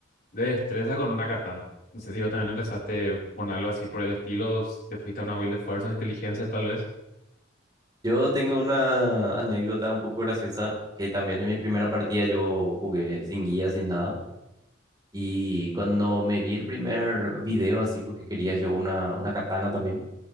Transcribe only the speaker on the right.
Yo tengo una anécdota un poco graciosa, que también en mi primera partida yo jugué sin guía, sin nada, y cuando me vi el primer video así, porque quería yo una, una katana también,